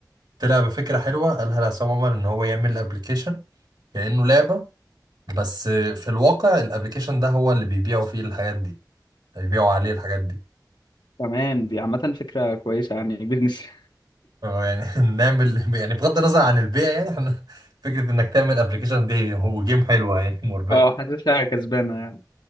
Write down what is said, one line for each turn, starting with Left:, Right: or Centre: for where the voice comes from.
Right: طلع بفكره حلوه قالها لعصام عمر ان هو يعمل ابلكيشن كانه لعبه بس في الواقع الابلكيشن ده هو اللي بيبيعوا فيه الحاجات دي هيبيعوا عليه الحاجات دي
Left: تمام دي عامة فكرة كويسة يعني بيزنس <laughs>
Right: اه يعني <laughs> نعمل يعني بغض النظر عن البيع يعني احنا فكرة انك تعمل ابلكيشن دي هو جيم حلوة يعني مربحة
Left: اه حاسسها كسبانة يعني.